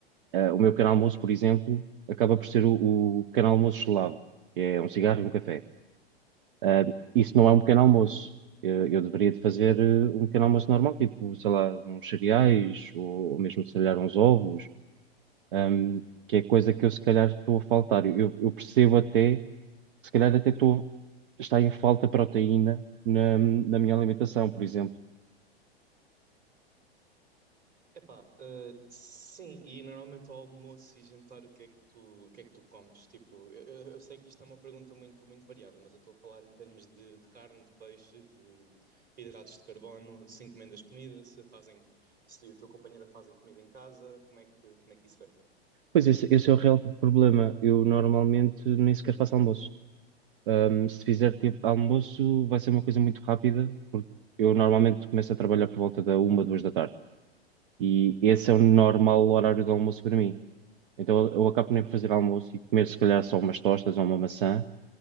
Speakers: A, on the right; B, on the right.
A: eh, o meu pequeno almoço, por exemplo, acaba por ser o, o pequeno almoço eslavo, que é um cigarro e um café. Ah, isso não é um pequeno almoço. Eu, eu deveria de fazer eh, um pequeno almoço normal, tipo, sei lá, uns cereais ou, ou mesmo, se calhar, uns ovos, ahm,
B: uhum.
A: que é coisa que eu, se calhar, estou a faltar. Eu, eu percebo até, se calhar, até estou, está em falta proteína na, na minha alimentação, por exemplo.
B: Epá, ah, sim, e normalmente ao almoço e jantar o que é que tu, o que é que tu comes? Tipo, eu, eu- eu sei que isto é uma pergunta muito, muito variada, mas eu estou a falar em termos de, de carne, de peixe, de hidratos de carbono, se encomendas comida, se fazem, se a tua companheira fazem comida em casa, como é que, como é que isso é?
A: Pois esse, esse é o real problema. Eu normalmente nem sequer faço almoço. Ahm, se fizer tipo almoço, vai ser uma coisa muito rápida, porque eu normalmente começo a trabalhar por volta da uma, duas da tarde. E esse é o normal horário do almoço para mim. Então eu acabo nem
B: Sim.
A: por fazer almoço e comer se calhar só umas tostas ou uma maçã,